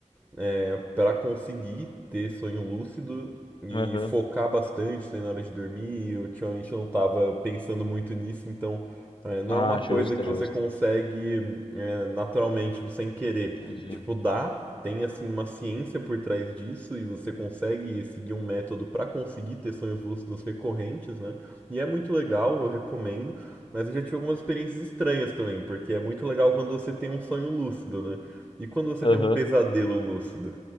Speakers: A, on the right (about 15°); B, on the left (about 40°).
A: é, para conseguir ter sonho lúcido e
B: Aham.
A: focar bastante na hora de dormir. E ultimamente não estava pensando muito nisso, então é, não
B: Ah,
A: é uma coisa
B: justo,
A: que
B: justo.
A: você consegue é, naturalmente, tipo, sem querer.
B: Entendi.
A: Tipo, dá, tem assim uma ciência por trás disso e você consegue seguir um método para conseguir ter sonhos lúcidos recorrentes, né? E é muito legal, eu recomendo, mas eu já tive algumas experiências estranhas também, porque é muito legal quando você tem um sonho lúcido, né? E quando você
B: Aham.
A: tem um pesadelo lúcido?